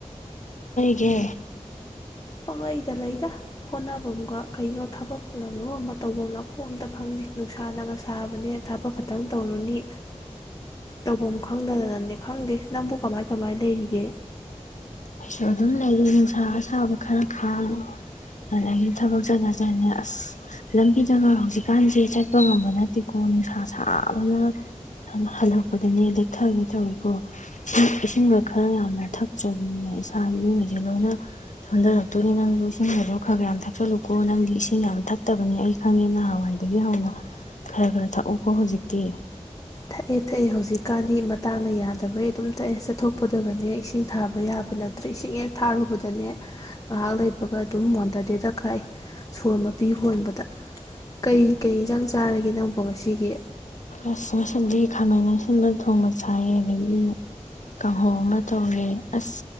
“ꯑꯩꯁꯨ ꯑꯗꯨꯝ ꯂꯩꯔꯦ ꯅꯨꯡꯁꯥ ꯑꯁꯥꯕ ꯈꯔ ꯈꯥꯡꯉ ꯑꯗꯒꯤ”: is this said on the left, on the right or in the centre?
Left